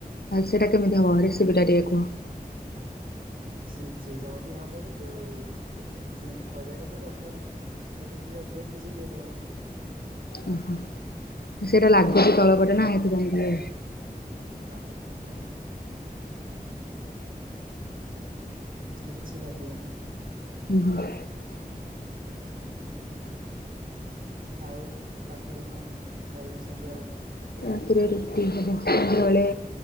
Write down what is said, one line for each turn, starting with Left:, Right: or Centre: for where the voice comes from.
Left: ଆଉ ସେଟା କେମିତି ହବ ରେସିପିଟା ଟିକେ କୁହ?
Right: ଶିଯେଇଦବ ଟିକେ ଭଲରେତ ଆଉ। ଯେମିତି କରିବା କଥା କରୁଚ ଖାଲି ଟିକେ ଅଧିକ ଟିକେ ସିଯେଇଦବ।
Left: ଓହୋ ସେଇଟା ଲାଗୁଚି ତଳପଟେନା ଏଥିପାଇଁ ଟିକେ
Right: ଲାଗିବ କଁ ପାଇଁ। କିଛି ଲାଗିବନି।
Left: ହୁଁ ହୁଁ।
Right: ଆଉ ରାତିରେ କଣ ଖାଇବେ ସନ୍ଧ୍ୟାବେଳକୁ?
Left: ରାତିରେ ରୁଟି ହେବ ସନ୍ଧ୍ୟାବେଳେ